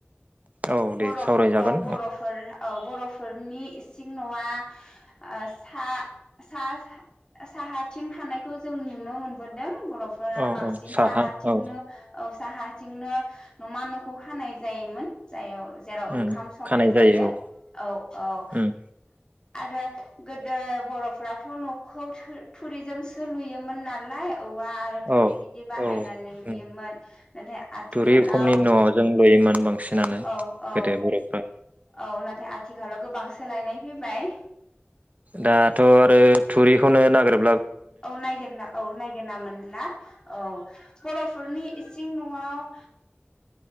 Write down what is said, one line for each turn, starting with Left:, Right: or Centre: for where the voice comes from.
Right: औ
Left: बर'
Right: दे सावरायजागोन
Left: औ बर'फोर औ बर'फोरनि इसिं न'आ ओ सा सा साहाथिं थानायखौ जों नुनो मोनबोदों। बर'फोरा
Right: औ
Left: बांसिन
Right: औ साहा
Left: साहाथिंनो
Right: औ
Left: ओ साहाथिंनो न'मा न'खौ खानाय जायोमोन जाथाव जेराव ओंखाम
Right: उम
Left: संनाय
Right: खानाय
Left: जायो
Right: औ
Left: औ औ।
Right: उम
Left: आरो गोदो बर'फ्राथ' न'खौ थु थुरिजोंसो लुयोमोन नालाय। औवा आरो थुरि
Right: औ
Left: बिदि बाहायनानै
Right: औ
Left: नुयोमोन
Right: उम
Left: नाथाय आथिखालाव
Right: थुरि उखुमनि न'जों लुयोमोन बांसिनानो
Left: औ औ
Right: गोदो बर'फ्रा
Left: औ ओम फाय आथिखालाव गोबां सोलायनाय फैबाय
Right: दाथ' आरो थुरिखौनो नागिर
Left: औ नायगिरना औ नायगिरना मोनला औ बर'फोरनि इ सिं न'आव